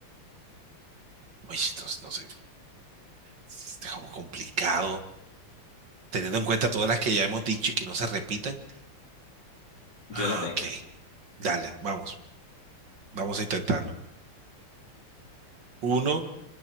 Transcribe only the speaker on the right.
Uy, entonces, no sé, está como complicado, teniendo en cuenta todas las que ya hemos dicho y que no se repitan.
Ah,
Ok, dale, vamos, vamos a intentarlo. Uno,